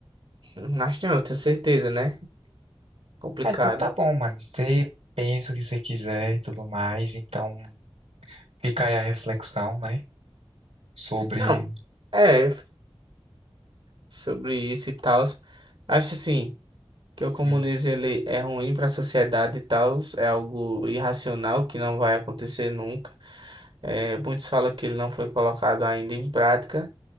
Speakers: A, on the right; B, on the right.
A: Hum, Acho que não, tenho certeza, né? Complicado.
B: Ah, então tá bom, mano. Você pensa o que você quiser e tudo mais, então fica aí a reflexão, né? Sobre.
A: Não, é, sobre isso e tal. Acho assim, que o comunismo
B: Hum,
A: ele é ruim para a sociedade e tal. É algo irracional que não vai acontecer nunca. É, muitos falam que ele não foi colocado ainda em prática.